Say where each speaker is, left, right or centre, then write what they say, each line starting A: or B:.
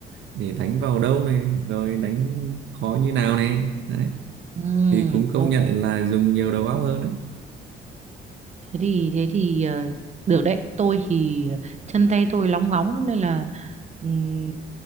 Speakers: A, on the right (about 70°); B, on the right (about 35°).
A: để đánh vào đâu này rồi đánh khó như nào này đấy
B: ừm,
A: thì cũng công
B: ồ,
A: nhận là dùng nhiều đầu óc hơn đấy
B: thế thì thế thì ờ, được đấy tôi thì ờ, chân tay tôi lóng ngóng lắm nên là ừm,